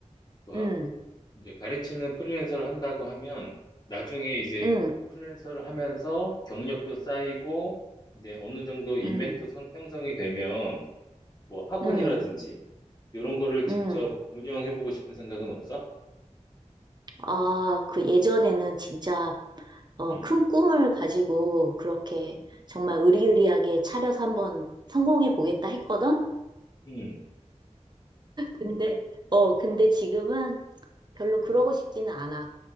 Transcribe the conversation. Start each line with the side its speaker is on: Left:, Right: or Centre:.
Left: 좋아.
Right: 응,
Left: 이제 가르치는 프리랜서를 한다고 하면, 나중에 이제
Right: 응,
Left: 프리랜서를 하면서 경력도 쌓이고, 이제 어느 정도 인맥도
Right: 응,
Left: 성- 형성이 되면, 뭐 학원이라든지,
Right: 응,
Left: 이런 거를 직접
Right: 응.
Left: 운영해보고 싶은 생각은 없어?
Right: 아, 그 예전에는 진짜 어,
Left: 음,
Right: 큰 꿈을 가지고 그렇게
Left: 음,
Right: 정말 의리의리하게 차려서 한번 성공해 보겠다 했거든?
Left: 음,
Right: 근데, 어, 근데 지금은 별로 그러고
Left: 음.
Right: 싶지는 않아.